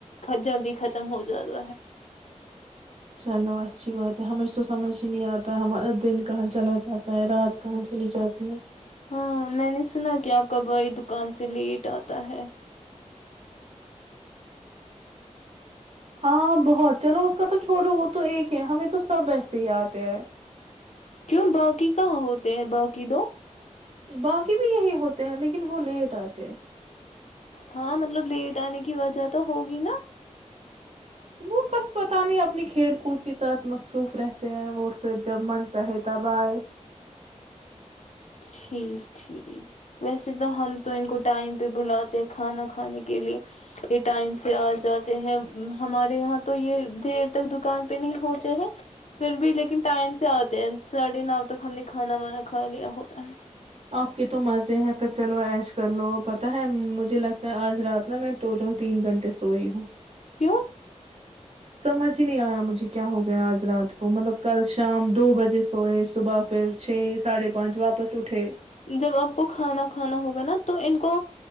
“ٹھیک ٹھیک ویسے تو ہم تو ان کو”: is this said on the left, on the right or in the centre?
Left